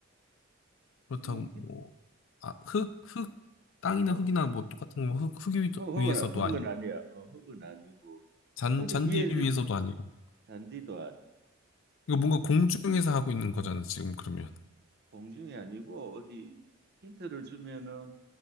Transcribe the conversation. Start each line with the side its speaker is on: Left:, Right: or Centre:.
Left: 그렇다고
Right: 음,
Left: 뭐,
Right: 힘-
Left: 아, 흙, 흙, 땅이나
Right: 어,
Left: 흙이나
Right: 흙-
Left: 뭐 똑같은 거, 흙, 흙 위-
Right: 흙은
Left: 위에서도
Right: 흙은
Left: 아니고,
Right: 아니야. 어, 흙은 아니고
Left: 잔,
Right: 어디
Left: 잔디
Right: 위에
Left: 위에서도 아니고.
Right: 잔디도 아니고
Left: 이거 뭔가 공중에서 하고 있는 거잖아, 지금 그러면.
Right: 공중이 아니고 어디 힌트를 주면은